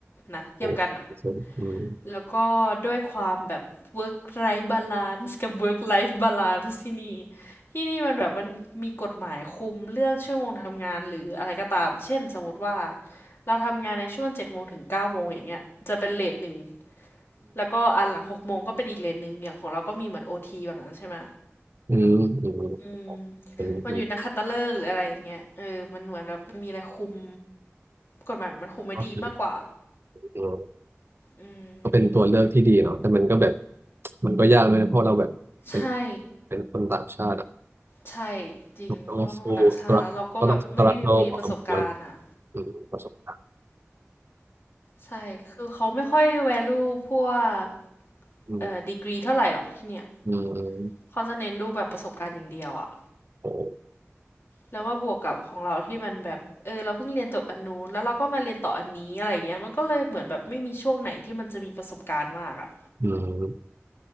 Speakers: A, on the left (about 50°); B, on the right (about 50°).
A: นะเทียบกันอะ
B: โอ้อืม
A: แล้วก็ด้วยความแบบ work life balance กับ work life balance ที่นี่ที่นี่มันแบบมันมีกฎหมายคุมเรื่องชั่วโมงทำงานหรืออะไรก็ตามเช่นสมมติว่าเราทำงานในช่วงเจ็ดโมงถึงเก้าโมงอย่างเงี้ยจะเป็นเลทหนึ่งแล้วก็อันหลังหกโมงก็เป็นอีกเลทหนึ่งอย่างของเราก็มีเหมือนโอทีแบบนั้นใช่ไหม
B: อืมอืม
A: อืม
B: อืมเป็นเป็น
A: มันอยู่นักขัตฤกษ์หรืออะไรอย่างเงี้ยเออมันเหมือนแบบมันมีอะไรคุมกฎหมายมันคุมไว้ดีมากกว่า
B: ก็คืออืม
A: อืม
B: ก็เป็นตัวเลือกที่ดีเนาะแต่มันก็แบบมันก็ยากเลยนะเพราะเราแบบเป็น
A: ใช่
B: เป็นคนต่างชาติอ่ะ
A: ใช่จริงเพราะเราเป็นคนต่างชาติแล้วเราก็แบบไม่ได้มีประสบการณ์อ่ะ
B: มันต้องสู้สตรัคก็ต้องสตรัคเกิลพอสมควรอืมประสบการณ์
A: ใช่คือเขาไม่ค่อย value พวก
B: อืม
A: เอ่อดีกรีเท่าไหร่หรอกที่เนี่ย
B: อืมอืม
A: เขาจะเน้นดูแบบประสบการณ์อย่างเดียวอ่ะ
B: โอ้
A: แล้วมาบวกกับของเราที่มันแบบเออเราเพิ่งเรียนจบอันนู้นแล้วเราก็มาเรียนต่ออันนี้อะไรอย่างเงี้ยมันก็เลยเหมือนแบบไม่มีช่วงไหนที่มันจะมีประสบการณ์มากอ่ะ
B: อืม